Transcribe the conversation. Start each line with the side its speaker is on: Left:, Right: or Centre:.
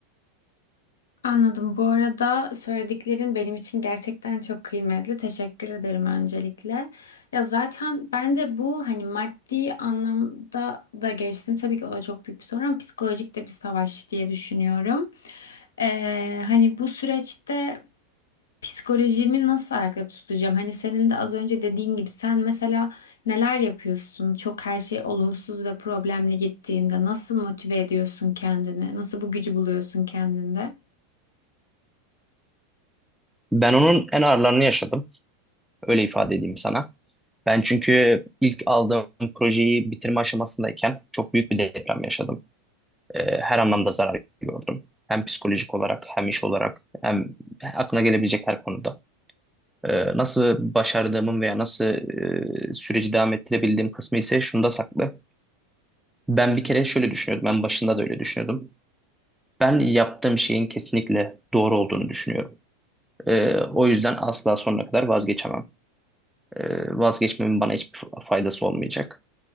Left: Anladım. Bu arada söylediklerin benim için gerçekten çok kıymetli. Teşekkür ederim öncelikle. Ya zaten bence bu hani maddi anlamda da geçtim. Tabii ki o da çok büyük bir sorun ama psikolojik de bir savaş diye düşünüyorum. Ee, hani bu süreçte Psikolojimi nasıl ayakta tutacağım? Hani senin de az önce dediğin gibi sen mesela neler yapıyorsun? Çok her şey olumsuz ve problemli gittiğinde nasıl motive ediyorsun kendini? Nasıl bu gücü buluyorsun kendinde?
Centre: Ben onun en ağırlarını yaşadım. Öyle ifade edeyim sana. Ben çünkü ilk aldığım projeyi bitirme aşamasındayken çok büyük bir deprem yaşadım. E, her anlamda zarar gördüm. Hem psikolojik olarak hem iş olarak hem aklına gelebilecek her konuda. E, nasıl başardığımın veya nasıl e, süreci devam ettirebildiğim kısmı ise şunda saklı. Ben bir kere şöyle düşünüyordum. Ben başında da öyle düşünüyordum. Ben yaptığım şeyin kesinlikle doğru olduğunu düşünüyorum. E, o yüzden asla sonuna kadar vazgeçemem. E, vazgeçmemin bana hiçbir faydası olmayacak.